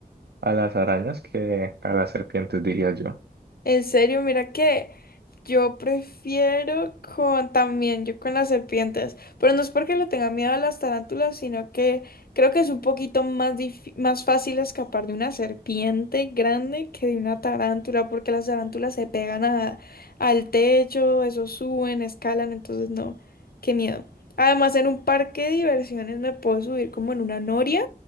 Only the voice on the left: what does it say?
En serio, mira que... Yo prefiero con también, yo con las serpientes, pero no es porque le tenga miedo a las tarántulas, sino que creo que es un poquito más difí- más fácil escapar de una serpiente grande que de una tarántula, porque las tarántulas se pegan a, al techo, eso suben, escalan, entonces no, qué miedo. Además, en un parque de diversiones me puedo subir como en una noria